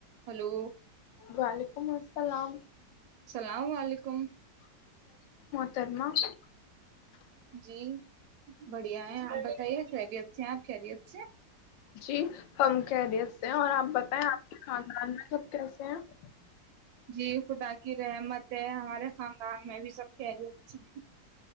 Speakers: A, on the right (about 70°); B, on the left (about 85°).
A: Hello <unintelligible>
B: وعلیکم السلام
A: اللام علیکم
B: ترما
A: جی بڑھیا ہے آپ بتائیے خیریت سے ہیں آپ خیریت سے
B: جی ہم کہہ رہے اور آپ بتائیں آپ کے خاندان میں جب کیسے ہیںپ
A: جی خدا کی رحمت ہے ہمارے خاندان میں بھی سب کہری اے ہیں